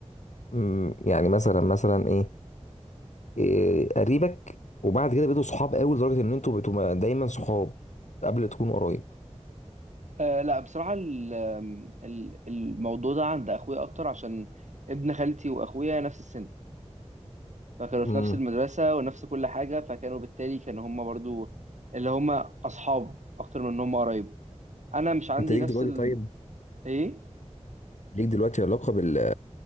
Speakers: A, on the left; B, on the right.
A: أمم، يعني مثلا مثلا ايه, إيه قريبك وبعد كده بقيتوا صحاب قوي لدرجه ان انتوا بقيتوا ما- دايما صحاب قبل تكونوا قرايب
B: آه، لا بصراحة ال- آم، ال- الموضوع ده عند أخويا أكتر عشان ابن خالتي وأخويا نفس السن فكانوا في
A: امم
B: نفس المدرسة ونفس كل حاجة فكانوا بالتالي كانوا هما برضو اللي هما أصحاب أكتر من إن هما قرايب أنا مش عندي
A: انت ليك
B: نفس
A: دلوقتي
B: ال
A: طيب
B: إيه
A: ليك دلوقتي علاقه بال...